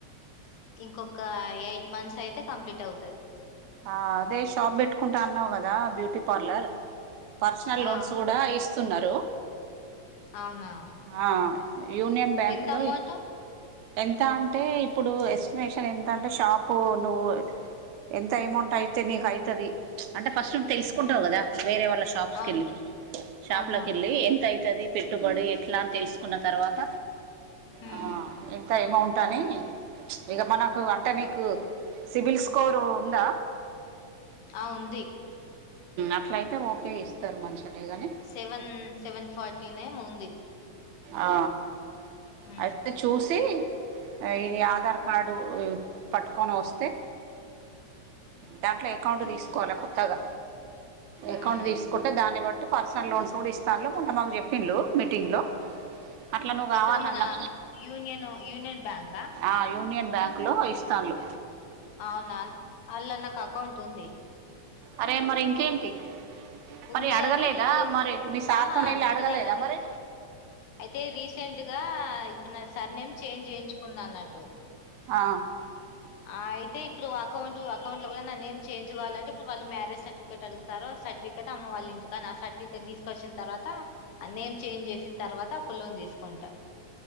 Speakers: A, on the left (about 85°); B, on the right (about 75°).
A: ఇంక్కొక్క ఎయిట్ మంత్స్ అయితే కంప్లీట్ అవుతది
B: ఆ అదే షాప్ పెట్టుకుంటా అన్నావు కదా బ్యూటీ పార్లర్ పర్సనల్ లోన్స్
A: ఆ
B: కూడా ఇస్తున్నారు
A: ఆ అవునా
B: ఆ యూనియన్ బ్యాంక్లో
A: ఎంత అమౌంట్
B: ఎంత అంటే ఇప్పుడు ఎస్టిమేషన్ ఎంత అంటే షాపు నువ్వు ఎంత అమౌంట్ అయితే నీకు అయితది అంటే ఫస్ట్ తెలుసుకుంటవు
A: ఉమ్
B: కదా వేరే వాళ్ళ షాప్స్కి
A: అవును
B: కెళ్ళి షాప్
A: అవునవును
B: లోకి వెళ్ళి ఎంత అవుతది పెట్టుబడి ఎట్లా అని తెలుసుకున్న తర్వాత
A: ఉమ్
B: ఆ ఎంత అమౌంట్ టనే ఇక మనకు అంటే నీకు సిబిల్ స్కోరు ఉందా
A: ఆ ఉంది
B: అట్ల అయితే ఓకే ఇస్తరు మంచిగనే గని
A: సెవెన్ సెవెన్ ఫార్టీనేమో ఉంది
B: ఆ
A: ఉమ్
B: అయితే చూసి ఈది ఆధార్ కార్డు పట్టుకొని వస్తే దాంట్లో అకౌంట్ తీసుకోవాలి కొత్తగా
A: ఉమ్
B: అకౌంట్ తీసుకుంటే దాన్ని బట్టి పర్సనల్ లోన్స్ కూడా ఇస్తాండ్లు కొంత మాకు చెప్పిండ్లు మీటింగ్లో అట్లా నువ్వు
A: ఎక్కడ
B: కావాలన్నా
A: మన యూనియన్ యూనియన్ బ్యాంకా
B: ఆ యూనియన్ బ్యాంకులో ఇస్తాన్లు
A: అవునా అల్ల నాకు అకౌంట్ ఉంది
B: అరే మరి ఇంకేంటి మరి
A: ఉంది
B: అడగలేదా
A: గాని ఇప్పుడు
B: మరి మీ సార్తోనెళ్ళి
A: ఆహా అడుగుడు
B: అడగలేదా
A: కాదు కాని
B: మరి
A: అయితే రీసెంట్ గా ఇప్పుడు నా సర్ నేమ్ చేంజ్ చేయించుకుందన్నట్టు
B: ఆ
A: ఆ అయితే ఇప్పుడు అకౌంట్ అకౌంట్ లో కూడా నా నేమ్ చేంజ్ కావాలంటె ఇప్పుడు వాళ్ళ మ్యారేజ్ సర్టిఫికట్ అగుతార్రు సట్ ఫికెట్ అమ్మ వాల్లింటి కాన ఆ సర్టిఫికెట్ తీసుకొచ్చిన తర్వాత ఆ నేమ్ చేంజ్ చేసిన తర్వాత అప్పుల్లోన్ తీసుకుంటా